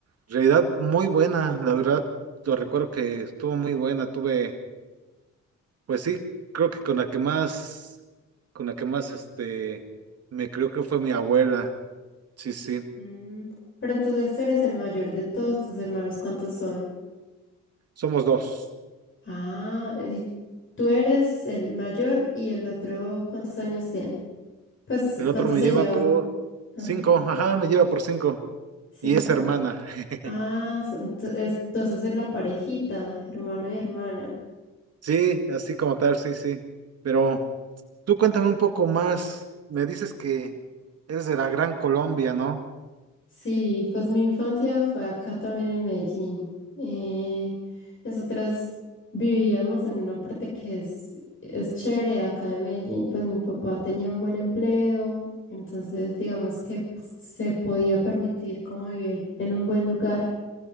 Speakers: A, on the right (about 55°); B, on the left (about 40°).
A: en realidad muy buena, la verdad, lo recuerdo que estuvo muy buena. Tuve, pues sí, creo que con la que más, con la que más, este, me creo que fue mi abuela. Sí, sí.
B: Mm, Pero entonces tú eres el mayor de todos tus hermanos. ¿Cuántos son?
A: Somos dos.
B: Ah, y tú eres el mayor y el otro, ¿cuántos años tiene? Pues,
A: El otro
B: ¿cuántos
A: me
B: se
A: lleva
B: llevaban?
A: por
B: Ajá,
A: cinco. Ajá, me lleva por cinco.
B: cinco.
A: Y es hermana. <laughs>
B: Ah, son- to- es- entonces es la parejita, hermano y hermana.
A: Sí, así como tal, sí, sí. Pero tú cuéntame un poco más. Me dices que eres de la Gran Colombia, ¿no?
B: Sí, pues mi infancia fue acá también en Medellín. Eh, nosotras vivíamos en una parte que es, es chévere acá de Medellín. Pues mi papá tenía un buen empleo, entonces digamos que pues, se podía permitir como vivir en un buen lugar.